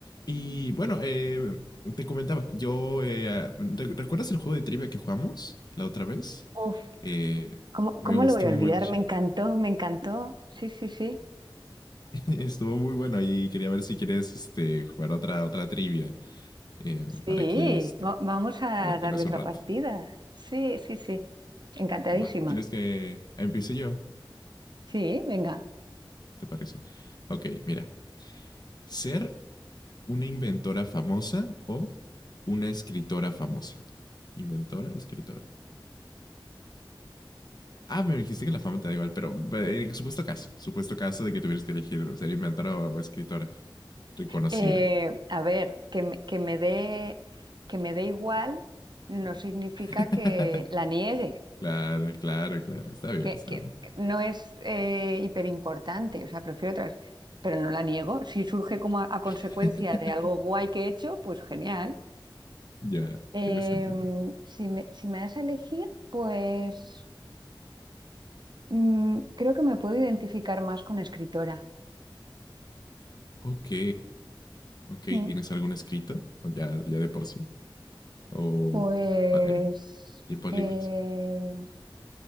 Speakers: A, on the left (about 50°); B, on the right (about 60°).
A: Y bueno, eh, te comentaba, yo, eh, ¿re- ¿recuerdas el juego de trivia que jugamos la otra vez?
B: Uf,
A: Eh,
B: ¿cómo,
A: me
B: cómo
A: gustó
B: lo voy a olvidar?
A: mucho.
B: Me encantó, me encantó. Sí, sí, sí.
A: <laughs> Estuvo muy bueno y quería ver si quieres este, jugar otra, otra trivia eh,
B: Sí,
A: para aquí este,
B: va- vamos a
A: divertirnos
B: darle otra
A: un rato.
B: partida. Sí, sí, sí. Encantadísima.
A: Va, ¿quieres que empiece yo?
B: Sí, venga.
A: ¿Te parece? Ok, mira, ser una inventora famosa o una escritora famosa. Inventora, escritora. Ah, me dijiste que la fama te da igual, pero eh, en supuesto caso, supuesto caso de que tuvieras que elegir ser inventora o escritora reconocida.
B: Eh, a ver, que me, que me dé, que me dé igual no significa
A: <laughs>
B: que la niegue,
A: Claro, claro, claro. Está bien,
B: que,
A: está
B: que
A: bien.
B: no es eh, hiperimportante, o sea, prefiero otras, pero no la niego. Si surge como a a consecuencia
A: <laughs>
B: de algo guay que he hecho, pues genial.
A: Ya,
B: Em,
A: tiene sentido.
B: si me, si me das a elegir, pues mm, creo que me puedo identificar más con escritora.
A: Ok, ok. ¿Tienes
B: Mm.
A: algún escrito? ¿O ya, ya de por sí? ¿O
B: Pues
A: pa- en tiempos
B: eh,
A: libres?